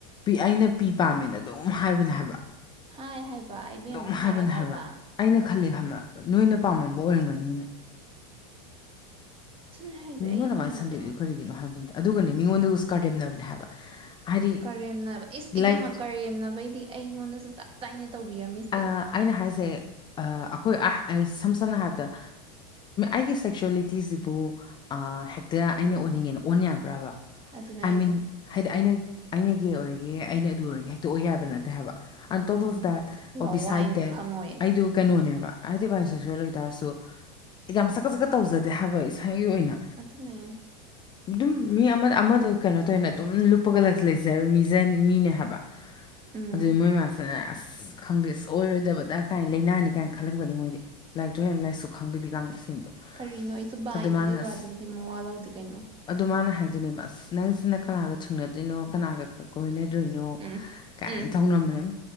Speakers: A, on the left; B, on the right.
A: ꯑꯩꯅ ꯄꯤ ꯄꯥꯝꯃꯦꯅ ꯑꯗꯨꯝ ꯍꯥꯏꯕꯅꯦ ꯍꯥꯏꯕ
B: ꯍꯥꯏ ꯍꯥꯏꯕ ꯏꯕꯦꯝꯃ
A: ꯑꯗꯨꯝ
B: ꯍꯥꯏ
A: ꯍꯥꯏꯕꯅꯦ
B: ꯍꯥꯏꯕ
A: ꯑꯩꯅ ꯈꯜꯂꯦ ꯅꯣꯏꯅꯥꯝꯃꯝꯕ ꯑꯣꯏꯔꯝꯒꯅꯤ ꯃꯤꯅꯤꯅ
B: ꯑꯗꯨꯅꯦ ꯍꯥꯏꯁꯦ
A: ꯃꯤꯉꯣꯟꯗ
B: ꯑꯩ ꯌꯥꯝ
A: ꯃꯥꯥꯏꯅ
B: ꯍꯩꯅꯗꯦꯉꯣ
A: ꯁꯟꯗꯣꯛꯏꯗꯨꯣ ꯀꯔꯤꯒꯤꯅꯣ ꯍꯥꯏꯕꯤꯟꯗ ꯑꯗꯨꯒꯅꯤ ꯃꯤꯉꯣꯟꯗꯒ ꯁꯀꯥꯔꯗꯦꯝꯅꯕꯅꯦ ꯍꯥꯏꯕ ꯍꯥꯏꯗꯤ
B: ꯀꯔꯦꯝ ꯏꯁ ꯏꯕꯦꯝꯃ
A: ꯂꯥꯏꯛ
B: ꯀꯔꯦꯝꯅꯕꯩꯗꯤ ꯑꯩꯉꯣꯟꯗꯁꯨ ꯇꯞ ꯇꯥꯏꯅ ꯇꯧꯕꯤꯔꯝꯃꯤꯁꯦ
A: ꯑꯩꯅ ꯍꯥꯏꯁꯦ ꯑꯩꯈꯣꯏ ꯁꯝ ꯁꯝꯅ ꯍꯥꯏꯔꯕꯗ ꯑꯩꯒꯤ ꯁꯦꯛꯆ꯭ꯋꯦꯂꯤꯇꯤꯁꯤꯕꯨ ꯍꯦꯛꯇ ꯑꯩꯅ ꯑꯣꯟꯅꯤꯡꯉꯦꯅ ꯑꯣꯟ ꯌꯥꯕ꯭ꯔꯕ
B: ꯑꯗꯨꯅ
A: ꯑꯥꯏ
B: ꯑꯩꯁꯦ
A: ꯃꯤꯟ ꯍꯥꯏꯗꯤ ꯑꯩꯅ ꯑꯩꯅ ꯑꯩ ꯀ ꯑꯣꯏꯔꯒꯦ ꯑꯩꯅ ꯑꯗꯨ ꯑꯣꯏꯔꯒ ꯍꯥꯏꯇꯣꯛꯑꯣ ꯌꯥꯕ ꯅꯠꯇꯦ ꯍꯥꯏꯕ ꯑ ꯇꯣꯞ
B: ꯑꯗꯨꯅꯦ
A: ꯑꯣꯐ ꯗꯦꯠ ꯑꯣ
B: ꯂꯋꯥꯏꯅꯤꯅ
A: ꯕꯤꯁꯥꯏꯠ ꯗꯦꯠ
B: ꯈꯪꯉꯣꯏꯌꯦ
A: ꯑꯩꯗꯨ ꯀꯩꯅꯣꯅꯦꯕ ꯍꯥꯏꯗꯤ ꯚꯥꯏ ꯁ ꯁꯣꯏꯗꯥꯔꯁꯨ ꯌꯥꯝ ꯁꯛꯀ ꯁꯛꯀ ꯇꯧꯖꯗꯦ ꯍꯥꯏꯕ ꯏꯁ ꯒꯤ ꯑꯣꯏꯅ
B: ꯑꯗꯨꯅꯦ
A: ꯑꯗꯨꯝ ꯃꯤ ꯑꯃ ꯑꯃꯗꯣ ꯀꯩꯅꯣ ꯇꯧꯅ ꯑꯗꯨꯝ ꯂꯨꯞꯄꯒ ꯂꯩꯖꯔꯣꯏ ꯃꯤꯁꯦ ꯃꯤꯅꯦ ꯍꯥꯏꯕ ꯑꯗꯨꯗꯤ
B: ꯎꯝ
A: ꯃꯣꯏꯕꯁ ꯑꯁ ꯈꯪꯗꯦ ꯑꯁ ꯑꯣꯏꯔꯣꯏꯗꯕꯗ ꯀꯥꯏꯅ ꯂꯥꯏꯅꯥꯅꯤ ꯀꯥꯏꯅ ꯈꯜꯂꯝꯒꯅꯤ ꯃꯣꯏꯗꯤ ꯂꯥꯏꯔꯤꯛꯇꯣ ꯍꯦꯟꯅ ꯂꯥꯏꯔꯤꯁꯨ ꯈꯪꯗꯕꯤ ꯀꯥꯡꯁꯤꯡꯗꯣ
B: ꯀꯔꯤꯅꯣ ꯑꯩꯁꯨ ꯕꯥꯏꯅꯦ
A: ꯑꯗꯨ ꯃꯥꯅ
B: ꯑꯗꯨꯏ
A: ꯑꯁ
B: ꯋꯥꯗꯨꯕꯨꯗꯤ ꯃꯋꯥ ꯂꯧꯗꯦ ꯀꯩꯅꯣ
A: ꯑꯗꯨ ꯃꯥꯅ ꯍꯥꯏ ꯑꯗꯨꯅꯦ ꯑꯁ ꯅꯪꯁꯤꯅ ꯀꯅꯥꯒ ꯊꯨꯡꯅꯗꯣꯏꯅꯣ ꯀꯅꯥꯒ ꯀꯣꯏꯅꯣ ꯑꯗꯨꯗꯣꯏꯅꯣ
B: ꯎꯝ
A: ꯀꯥꯏꯅ
B: ꯎꯝ
A: ꯇꯧꯅꯅꯕꯅꯦ ꯎꯝ